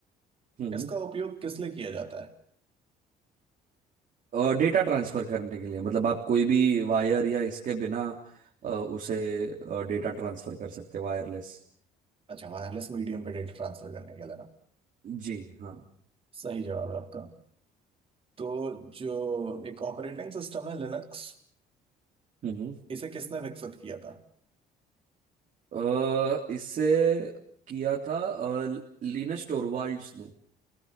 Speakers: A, on the right; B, on the right.
A: हम्म
B: इसका उपयोग किस लिए किया जाता है
A: और डेटा ट्रांसफर करने के लिए मतलब आप कोई भी वायर या इसके बिना अ, उसे डेटा ट्रांसफर कर सकते हैं वायरलेस
B: अच्छा वायरलेस मीडियम पे डेटा ट्रांसफर करने के लिए ना
A: जी हाँ
B: सही जवाब है आपका तो जो एक ऑपरेटिंग सिस्टम है लिनक्स
A: हम्म
B: इसे किसने विकसित किया था
A: अ, इससे किया था लिनस टोरवाल्ड्स ने,